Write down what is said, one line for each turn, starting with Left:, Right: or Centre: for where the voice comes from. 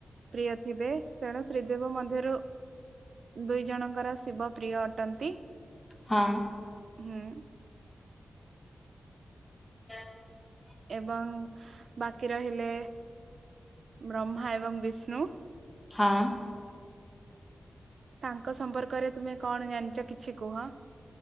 Right: ପ୍ରିୟ ଥିବେ। ତେଣୁ ତ୍ରିଦେବ ମଧ୍ୟରୁ ଦୁଇ ଜଣଙ୍କର ଶିବ ପ୍ରିୟ ଅଟନ୍ତି।
Left: ହଁ
Right: ହୁଁ
Left: <unintelligible>
Right: ଏବଂ ବାକି ରହିଲେ ବ୍ରହ୍ମା ଏବଂ ବିଷ୍ଣୁ।
Left: ହଁ
Right: ତାଙ୍କ ସମ୍ପର୍କରେ ତୁମେ କଣ ଜାଣିଛ କିଛି କୁହ?